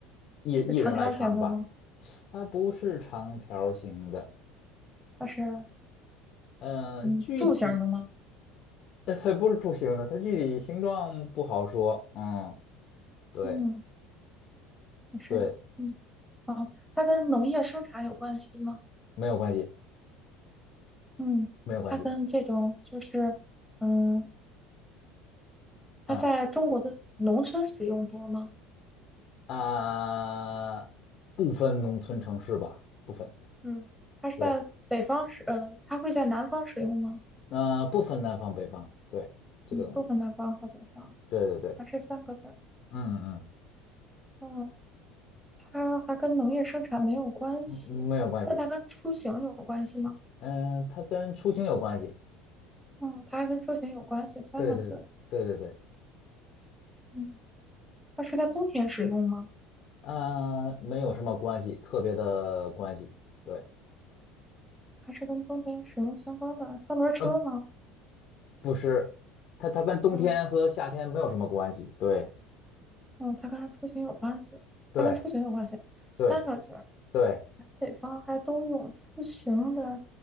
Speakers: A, on the left; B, in the centre.
A: 一一人来长吧。
B: 是长条形的吗？
A: 它不是长条形的。
B: 它是
A: 嗯、
B: 嗯柱形的吗？
A: 具体。那它不是柱形的，它具体形状不好说。嗯，对
B: 嗯，它是嗯好，
A: 对，
B: 它跟农业生产有关系吗？
A: 没有关系，
B: 嗯，
A: 没有关系。
B: 它跟这种就是。嗯，
A: 嗯
B: 它在中国的农村使用多吗？
A: 啊，不分农村城市吧，不分。
B: 嗯，它是在北方使，
A: 对，
B: 呃，它会在南方使用吗？
A: 呃，不分南方北方。对，这个东西，
B: 嗯，不分南方和北方，
A: 对对对，
B: 还是三个字。
A: 嗯嗯，
B: 哦，它还跟农业生产没有关系，
A: 嗯嗯没有关系。
B: 那它跟出行有关系吗？
A: 嗯，它跟出行有关系。
B: 哦，它还跟出行有关系，三个字。
A: 对对对对对，
B: 嗯，它是在冬天使用吗？
A: 呃，没有什么关系，特别的关系。对，
B: 还是跟冬天使用相关的三轮车吗？
A: 呃，不是，它它跟冬天和夏天没有什么关系。
B: 嗯
A: 对
B: 嗯，它跟出行有关系，
A: 对。
B: 它跟出行有关系，
A: 对
B: 三个字。
A: 对
B: 北方还都有出行的，